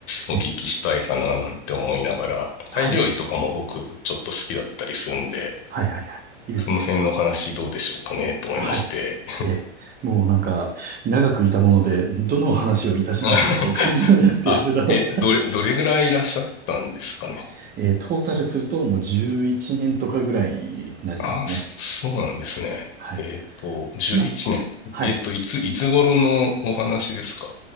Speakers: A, on the left (about 40°); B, on the right (about 25°).
A: お聞きしたいかななんて思いながら、
B: え
A: タイ料理とかも僕ちょっと好きだったりするんで、
B: はい。はい、はい、はい。いいですね。
A: その辺の話どうでしょうかねと思いまして。
B: はい。ええ、もうなんか、長くいたもので、どの話をいたしましょうという感じなんですけれど、
A: <laughs> あ、え、どれ、どれぐらいいらっしゃったんですかね。
B: <laughs> えートータルするともう11年とかぐらいになりますね。
A: あ、そそうなんですね。
B: はい。
A: えっと、11年。
B: まあはい。
A: えっと、いつ、いつ頃のお話ですか